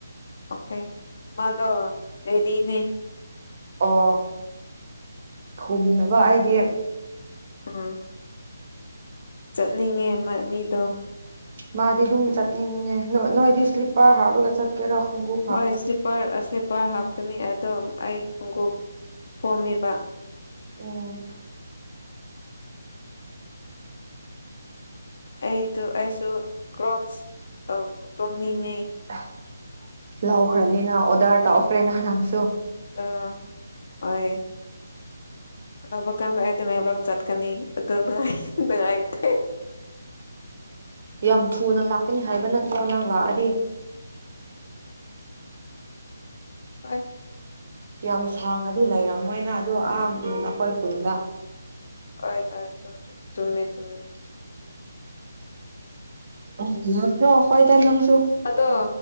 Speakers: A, on the left; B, on the right.
A: ꯑꯣꯀꯦ ꯃꯥꯗꯣ ꯔꯦꯗꯤꯅꯦ
B: ꯑꯣ ꯈꯨꯝꯅꯕ ꯑꯩꯗꯤ
A: ꯎꯝ ꯆꯠꯅꯤꯡꯉꯦ ꯃ ꯃꯤꯗꯣ
B: ꯃꯥꯗꯤ ꯑꯗꯨꯝ ꯆꯠꯅꯤꯡꯅꯦ ꯅꯣꯏ ꯅꯣꯏꯗꯤ ꯁ꯭ꯂꯤꯞꯄꯔ ꯍꯥꯞꯔꯒ ꯆꯠ ꯀꯦꯔꯥ ꯈꯨꯡꯎꯞ
A: ꯍꯣꯏ ꯁ꯭ꯂꯤꯞꯄꯔ ꯁ꯭ꯂꯤꯞꯄꯔ ꯍꯥꯞꯀꯅꯤ ꯑꯗꯣ ꯑꯩ ꯈꯣꯡꯎꯞ ꯐꯣꯝꯃꯦꯕꯥ
B: ꯎꯝ꯫
A: ꯑꯩꯗꯣ ꯑꯩꯁꯨ ꯀ꯭ꯔꯣꯛꯁ ꯑꯥ ꯇꯣꯡꯅꯤꯡꯉꯦ
B: ꯑꯍ ꯂꯧꯈ꯭ꯔꯥꯅꯤꯅ ꯑꯣꯗꯔ ꯇꯧꯈ꯭ꯔꯦ ꯅꯍꯥꯟ ꯅꯪꯁꯨ
A: ꯑꯥ ꯍꯣꯏ ꯑꯅꯧꯕ ꯀꯥꯟꯗ ꯑꯩ ꯇꯃꯦꯡꯂꯣꯡ ꯆꯠꯀꯅꯤ ꯑꯗꯣ ꯅꯣꯏ ꯅꯨꯡꯉꯥꯏꯇꯦ
B: ꯌꯥꯝ ꯊꯨꯅ ꯂꯥꯛꯀꯅꯤ ꯍꯥꯏꯕ ꯅꯠꯇ꯭ꯔꯣ ꯅꯪ ꯂꯥꯛꯑꯗꯤ
A: ꯍꯣꯏ
B: ꯌꯥꯝ ꯁꯥꯡꯉꯗꯤ ꯂꯩꯔꯝꯃꯣꯏꯅ ꯑꯗꯣ ꯑꯥ ꯎꯝ ꯑꯩꯈꯣꯏ ꯈꯨꯟꯗ
A: ꯍꯣꯏ ꯍꯣꯏ ꯆꯨꯝ ꯆꯨꯝ ꯆꯨꯝꯃꯦ ꯆꯨꯝꯃꯦ
B: <inaudible> ꯑꯪ ꯏꯟꯅꯈ꯭ꯔꯣ ꯍꯣꯏꯗ ꯅꯪꯁꯨ
A: ꯑꯗꯣ